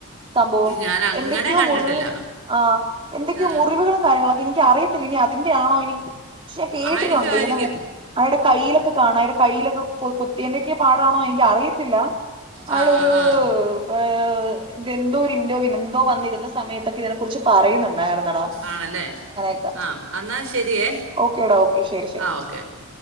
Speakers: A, on the right; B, on the right.
A: സംഭവം
B: ഞാനങ്ങനെ
A: എന്തൊക്കെയോ
B: കണ്ടിട്ടില്ല.
A: മുറിവ് ആഹ എന്തൊക്കെയൊ
B: ആ.
A: മുറിവുകളും കാര്യങ്ങളൊക്കെ എനിക്ക് അറിയത്തില്ല ഇനി അതിന്റെ ആണോ ഇനി പക്ഷെ കേട്ടിട്ടുണ്ട്
B: ആയിരിക്കും, ആയിരിക്കും.
A: ഇതിനന് അയാടെ കയ്യിലൊക്കെ കാണാ അയാടെ കയ്യിലൊക്കെ കുത്തിയന്റെക്കെ പാടാണോ എനിക്ക് അറിയത്തില്ല
B: ആ,
A: ആളൊരു
B: ആ, ആ.
A: ഏ എന്തോ ഇന്റർ വിനെന്തോ വന്നിരുന്ന സമയത്തൊക്കെ ഇതിനെ കുറിച്ച് പറയുന്നുണ്ടായിരുന്നടാ
B: ആണല്ലേ?
A: അങ്ങനക്ക
B: ആ, എന്നാ ശരിയേ.
A: ഓക്കെടാ ഓക്കെ ശരി ശരി
B: ആ, ഓക്കെ, ഓക്കെ.